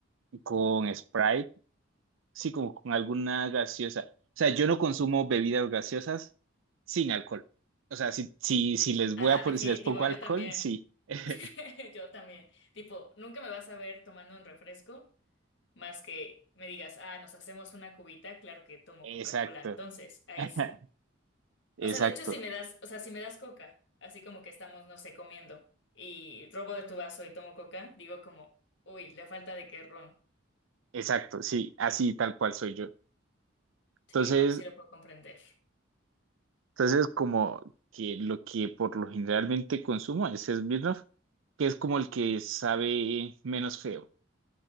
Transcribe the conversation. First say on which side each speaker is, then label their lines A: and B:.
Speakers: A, on the right; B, on the left.
A: con Sprite, sí, como con alguna gaseosa. O sea, yo no consumo bebidas gaseosas sin alcohol. O sea, si, si, si les
B: Ah,
A: voy a poner,
B: definitivo,
A: si les pongo
B: yo
A: alcohol,
B: también.
A: sí.
B: <laughs>
A: <laughs>
B: Yo también. Tipo, nunca me vas a ver tomando un refresco más que me digas, ah, nos hacemos una cubita, claro que tomo
A: Exacto,
B: Coca-Cola, entonces, ahí
A: <laughs>
B: sí.
A: exacto,
B: O sea, de hecho, si me das, o sea, si me das Coca, así como que estamos, no sé, comiendo y robo de tu vaso y tomo Coca, digo como, uy, le falta de qué ron.
A: exacto, sí, así tal cual soy yo.
B: Sí,
A: Entonces,
B: no, sí lo puedo comprender.
A: Entonces, como que lo que por lo generalmente consumo es Smirnoff, que es como el que sabe menos feo.